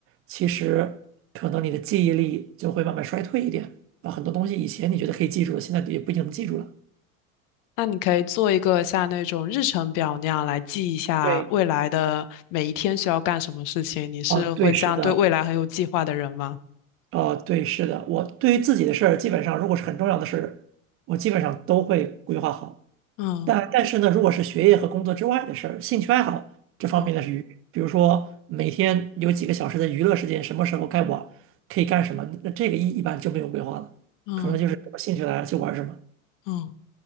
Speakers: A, on the right; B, on the left.
A: 其实可能你的记忆力就会慢慢衰退一点，啊，很多东西以前你觉得可以记住的，现在也不一定能记住了。
B: 那你可以做一个像那种日程表那样来记一下未来的每一天需要干什么事情。
A: 对，
B: 你是会这样对未来很有计划的人吗？
A: 啊，对，是的，啊，对，是的，我对于自己的事儿，基本上如果是很重要的事儿，我基本上都会规划好。
B: 嗯
A: 但但是呢，如果是学业和工作之外的事儿，兴趣爱好这方面的是娱，
B: 嗯
A: 比如说每天有几个小时的娱乐时间，什么时候该玩，可以干什么，那这个一一般就没有规划了，
B: 嗯
A: 可能就是什么兴趣来了就玩什么。
B: 嗯